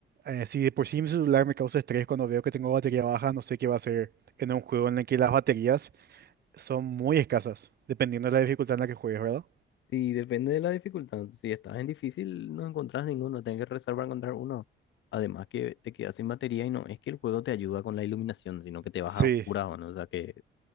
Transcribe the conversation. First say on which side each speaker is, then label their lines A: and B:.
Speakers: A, on the right; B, on the left.
A: eh, si de por sí mi celular me causa estrés cuando veo que tengo batería baja, no sé qué va a hacer en un juego en el que las baterías son muy escasas, dependiendo de la dificultad en la que juegues, ¿verdad?
B: Y depende de la dificultad. Si estás en difícil, no encontrás ninguno, tenés que rezar para encontrar uno. Además que te quedas sin batería y no es que el juego te ayuda con la iluminación, sino que te vas
A: Sí,
B: a oscuras, ¿no? O sea que